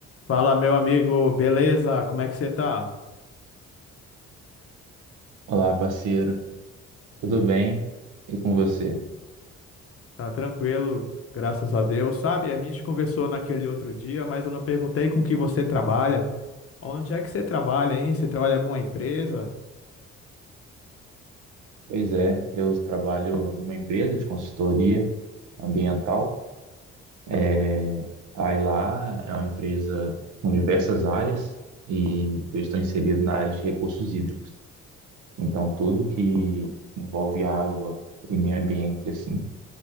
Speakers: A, on the left (about 50°); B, on the right (about 80°).
A: Fala, meu amigo, beleza? Como é que você tá?
B: Olá, parceiro. Tudo bem? E com você?
A: Tá tranquilo, graças a Deus. Sabe, a gente conversou naquele outro dia, mas eu não perguntei com que você trabalha. Onde é que você trabalha, hein? Você trabalha em alguma empresa?
B: Pois é, eu trabalho numa empresa de consultoria ambiental. É, aí lá é uma empresa com diversas áreas e eu estou inserido na área de recursos hídricos. Então, tudo que envolve água e meio ambiente, assim,